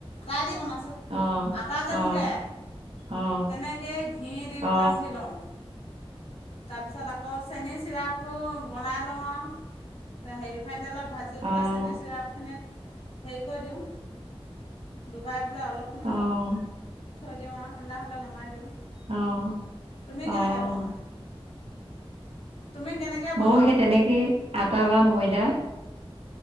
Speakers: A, on the left (about 70°); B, on the right (about 75°).
A: তাই দি বনাইছো।
B: অ'
A: আটা যে
B: অ'
A: মুঠে।
B: অ'
A: তেনেকেই ঘি দি পেলাই
B: অ' অ'
A: মুঠি লওঁ। তাৰ পিছত আকৌ চেনীৰ চিৰাপতটো। বনাই লওঁ আৰু হেৰি ৰিফাইন তেলত ভাজি পেলাই
B: অ'
A: চেনী চিৰাপখিনিত। হেৰি কৈ দিওঁ। ডুবাই। পেলাই অলপ সময়
B: অ'
A: থৈ দিওঁ আৰু ঠাণ্ডা হ'লে নমাই দিওঁ।
B: অ'।
A: তুমি কেনেকে
B: অ'
A: বনোৱা। তুমি কেনেকৈ
B: ময়ো
A: বনোৱা
B: সেই
A: বোলো
B: তেনেকেই আটা বা ময়দা।